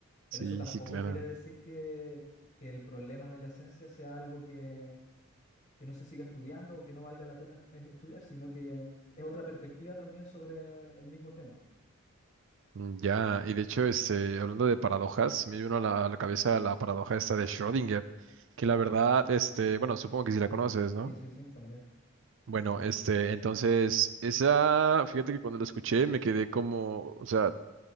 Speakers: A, on the left; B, on the right.
A: Pero
B: sí,
A: eso tampoco
B: sí, claro.
A: quiere decir que, que el problema de la esencia sea algo que, que no se siga estudiando o que no valga la pena es- estudiar, sino que eh, es otra perspectiva también sobre el mismo tema.
B: Mm, Ya, y de hecho, este, hablando de paradojas, me vino a la, a la cabeza la paradoja esta de Schrödinger, que la verdad,
A: Sí,
B: este, bueno, supongo que sí la conoces, ¿no?
A: sí, sí, sí, también.
B: Bueno, este, entonces, esa, fíjate que cuando la escuché me quedé como, o sea,